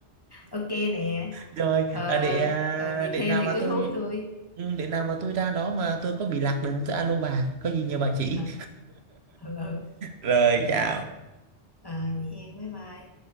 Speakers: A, on the left (about 20°); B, on the right (about 70°).
A: ok nè
B: rồi
A: ờ
B: à, để à,
A: còn gì
B: để
A: thêm
B: nào
A: thì
B: mà
A: cứ
B: tôi
A: hú tôi
B: ừ, để nào mà tôi ra đó mà tôi có bị lạc đường tôi alo bà có gì nhờ bà chỉ
A: ừ ừ ừ.
B: <laughs> rồi chào
A: ờ vậy hen bye bye